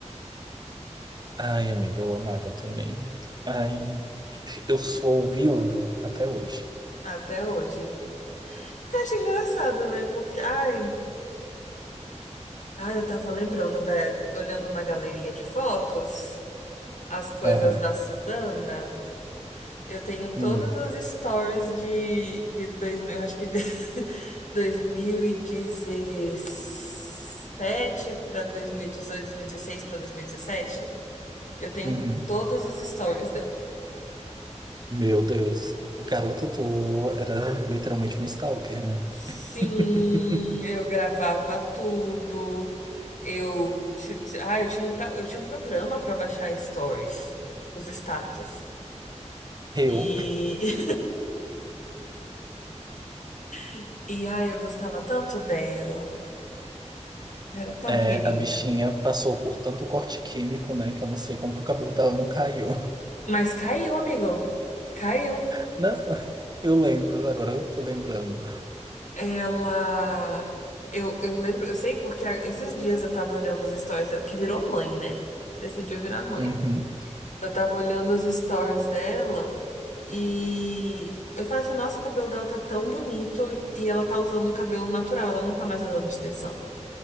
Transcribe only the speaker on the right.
Ai, amiga, eu amava também. Ai, eu sou viúvo até hoje.
Aham.
Hum,
uhum.
Meu Deus. Garota, tu era literalmente um stalker, né?
<laughs>
Eu,
é,
a bichinha passou por tanto corte químico, né, que eu não sei como que o cabelo dela não caiu.
<laughs> Não, eu lembro, agora eu tô lembrando.
Uhum,